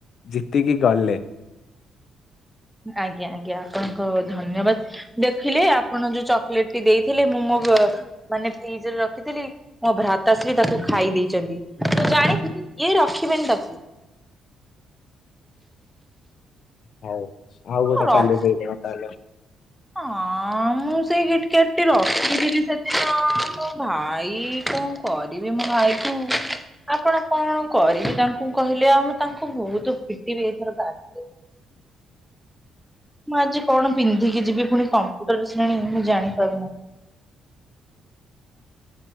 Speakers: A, on the left (about 60°); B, in the centre.
A: ଜିତିକି ଗଲେ
B: ଆଜ୍ଞା ଆଜ୍ଞା ଆପଣଙ୍କ ଧନ୍ୟବାଦ, ଦେଖିଲେ ଆପଣ ଯୋଉ ଚକୋଲେଟ ଟି ଦେଇଥିଲେ ମୁଁ ମୋ ମାନେ ଫ୍ରିଜରେ ରଖିଥିଲି। ମୋ ଭ୍ରାତାଶ୍ରୀ ତାକୁ ଖାଇ ଦେଇେଇଛନ୍ତି ମୁଁ ଜାଣିଥିଲ ଇଏ ରଖିବେନି ତାକୁ
A: ହଉ ଆଉ
B: ହଁ
A: ଗୋଟେ
B: ରଖ
A: କାଲି ଦେଇଟ ହେ
B: ହଁ ମୁଁ ସେଇ ଗିଟ କଟଟି ରଖିଥିଲି ସେଦିନ ମୋ ଭାଇ କଣ, କରିବି ମୋ ଭାଇ କୁ, ଆପଣ କଣ କରିବି ତାଙ୍କୁ କହିଲେ ଆଉ ମୁଁ ତାଙ୍କୁ ବହୁତ ପିଟିବି ଏଇଥର ତ ଆସି ମୁଁ ଆଜି କଣ ପିନ୍ଧିକି ଯିବି ପୁଣି କମ୍ପ୍ୟୁଟର ଶ୍ରେଣୀ ମୁଁ ଜାଣିପାରୁନି